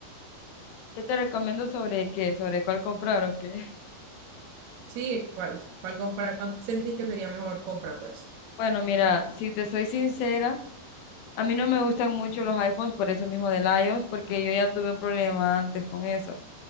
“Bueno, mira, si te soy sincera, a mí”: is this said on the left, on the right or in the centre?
Left